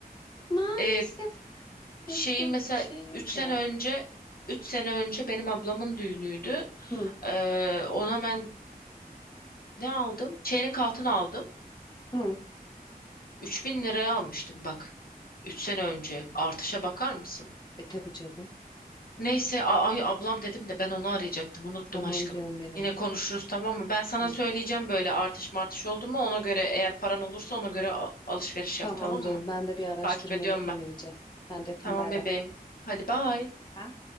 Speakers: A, on the left (about 25°); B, on the left (about 65°).
A: Maalesef
B: Ee, Şeyin
A: yapacak
B: mesela
A: bir şey yok
B: 3 sene
A: ya.
B: önce 3 sene önce benim ablamın düğünüydü.
A: Hı,
B: Ee, ona ben ne aldım? Çeyrek altın aldım.
A: hı.
B: 3000 liraya almıştım bak. üç sene önce. Artışa bakar mısın?
A: E tabii canım.
B: Neyse a- ay ablam dedim de ben onu arayacaktım. Unuttum
A: Tamam
B: aşkım.
A: canım benim.
B: Yine konuşuruz tamam mı? Ben sana
A: Tamam.
B: söyleyeceğim böyle artış martış oldu mu ona göre eğer paran olursa ona göre a- alışveriş
A: Tamam
B: yap tamam
A: canım.
B: mı?
A: Ben de bir araştırma
B: Takip ediyorum
A: yapayım
B: ben.
A: iyice. Ben de öptüm.
B: Tamam
A: Bay
B: bebeğim.
A: bay.
B: Hadi bye.
A: Bye.